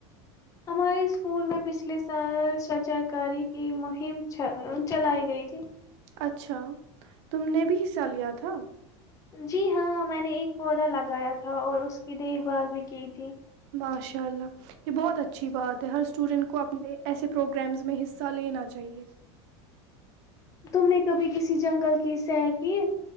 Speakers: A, on the left; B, on the right.
A: ہمارے اسکول میں پچھلے سال سجا کاری کی مہم چلائی گئی تھی
B: اچھا <unintelligible> تم نے بھی حصہ لیا تھا
A: جی ہاں میں نے ایک پودا لگایا تھا اور اس کی دیکھ بھال بھی کی تھی
B: ماشاء اللہ یہ بہت اچھی بات ہے ہر اسٹوڈینٹ کو اپنے ایسے پروگرامز میں حصہ حصہ لینا چاہیے
A: تم نے کبھی کسی ک جنگل کی سیر کی